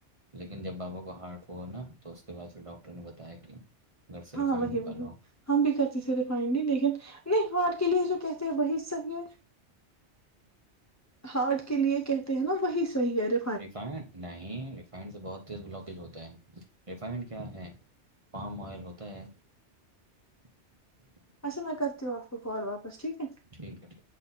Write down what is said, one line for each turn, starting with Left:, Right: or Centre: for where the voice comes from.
Right: لیکن جب بابا کو ہارٹ ہوا نا تو اس کے بعد پھر ڈاکٹر نے بتایا کہ گھر سے
Left: ہاں
Right: ریفائنڈ
Left: وہی
Right: نکالو
Left: وہی ہم بھی کرتی تھ ریفائنلی لیکن نہیں ہارٹ کے لیے جو کہتے ہیں وہی صحیح ہے ہارٹ کے لیے کہتے ہیں نا وہی صحی ہے ر
Right: ریفائنڈ نہیں ریفائنڈ سے بہت تیل بلاکیج ہوتا ہے ریفائنڈ کیا ہے پام آئل ہوتا ہے <inaudible>
Left: اچھا میں کرتی ہوں آپ کو کال واپس ٹھیک ہے
Right: ٹھیک ہے